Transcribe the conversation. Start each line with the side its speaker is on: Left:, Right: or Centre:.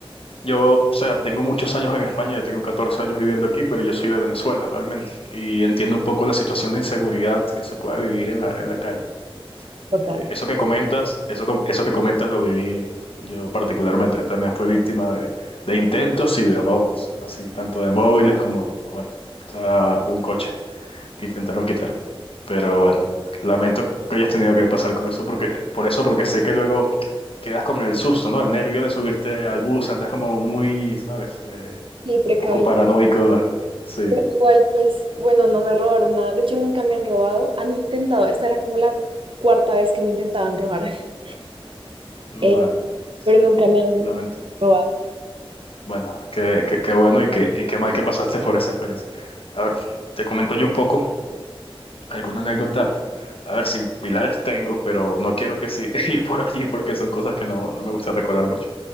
Left: yo, o sea, tengo muchos años en España, yo tengo 14 años viviendo aquí, pero yo soy de Venezuela realmente y entiendo un poco la situación de inseguridad que se puede vivir en la, en la calle.
Right: total.
Left: Eh, eso que comentas, eso, com- eso que comentas lo viví yo particularmente, también fui víctima de, de intentos y de robos, así, tanto de móviles como, bueno, estaba un coche que intentaron quitarme. Pero bueno, lamento que hayas tenido que pasar con eso, porque, por eso, porque sé que luego quedas con el susto, ¿no? El nervio de subirte al bus, andas como muy, ¿sabes? Eh,
Right: Sí, precavido.
Left: poco paranoico. Sí,
Right: Pero igual, pues, bueno, no me robaron nada. De hecho, nunca me han robado. Han intentado, esta era como la cuarta vez que me intentaban robar, <laughs>
Left: vale.
Right: eh,
Left: Sí,
Right: pero nunca me han
Left: lamento.
Right: robado.
Left: Bueno, qué, qué, qué bueno y qué, y qué mal que pasaste por esa experiencia. A ver, te comento yo un poco alguna anécdota. A ver, similares tengo, pero no quiero que sí, <laughs> ir por allí porque son cosas que no, no me gusta recordar mucho.